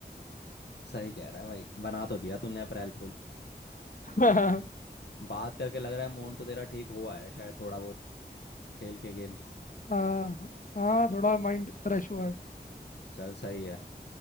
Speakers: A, on the left (about 80°); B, on the left (about 50°).
A: सही कह रहा है भाई बना तो दिया तूने अप्रैल फूल
B: <laughs>
A: बात करके लग रहा है मूड तो तेरा ठीक हुआ है शायद थोड़ा बहुत खेल के गेम
B: हाँ हाँ थोड़ा माइंड फ्रेश हुआ है
A: चल सही है